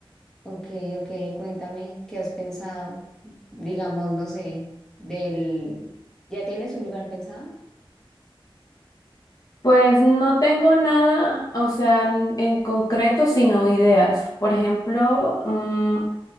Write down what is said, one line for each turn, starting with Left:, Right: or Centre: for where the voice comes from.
Centre: Ok, ok, cuéntame, ¿qué has pensado? Digamos, no sé, del... ¿Ya tienes un lugar pensado?
Left: Pues no tengo nada, o sea, en, en concreto, sino ideas. Por ejemplo, mm,